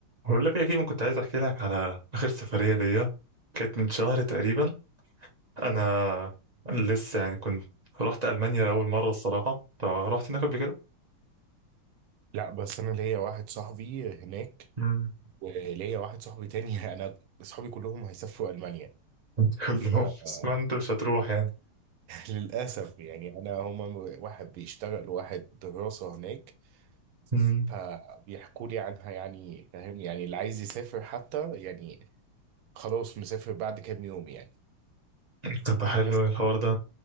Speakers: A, on the right; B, on the right.
A: بقول لك يا كيمو كنت عايز احكي لك على اخر سفريه ليا كانت من شهر تقريبا انا لسه يعني كنت رحت المانيا لاول مره الصراحه فرحت هناك قبل كده
B: لا بس انا ليا واحد صاحبي هناك
A: مم.
B: وليا واحد صاحبي تاني <laughs> انا اصحابي كلهم هيسافروا المانيا
A: <laughs> كلهم
B: فللاسف
A: بس ما انت مش هتروح يعني
B: <laughs> يعني انا هما م- واحد بيشتغل وواحد دراسة هناك
A: امم
B: فبيحكوا لي عنها يعني فاهم يعني اللي عايز يسافر حتى يعني خلاص مسافر بعد كام يوم يعني
A: طب حلو
B: بس
A: إيه الحوار ده